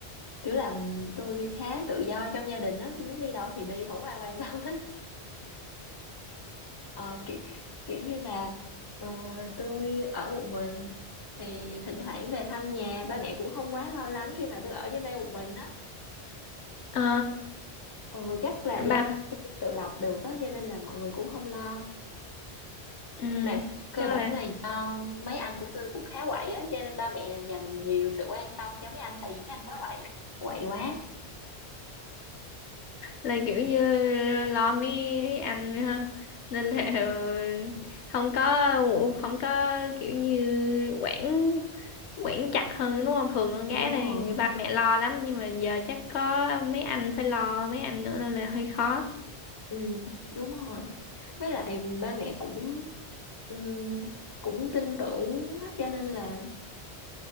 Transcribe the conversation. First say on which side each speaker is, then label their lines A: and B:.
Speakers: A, on the left; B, on the left.
A: kiểu là ừ, tôi khá tự do trong gia đình đó tôi muốn đi đâu thì đi không ai quan tâm hết Ờ, kiểu, kiểu như là ờ, tôi ở một mình thì thỉnh thoảng về thăm nhà ba mẹ cũng không quá lo lắng khi mà tôi ở trên đây một mình á
B: ờ
A: ừ, chắc là do
B: ba
A: tôi tự lập được á cho nên là mọi người cũng không lo
B: ừ
A: mà cơ
B: chắc
A: bản
B: là
A: là do mấy anh của tôi cũng khá quậy á cho nên ba mẹ dành nhiều sự quan tâm cho mấy anh tại vì mấy anh quá quậy quậy quá
B: là kiểu như lo mấy anh ha nên là ờ, không có không có kiểu như quản quản chặt hơn đúng không thường con gái
A: đúng
B: là
A: rồi
B: ba mẹ lo lắm nhưng mà giờ chắc có mấy anh phải lo mấy anh nữa nên là hơi khó
A: ừ, đúng rồi với lại ba mẹ cũng ừ, cũng tin tưởng á, cho nên là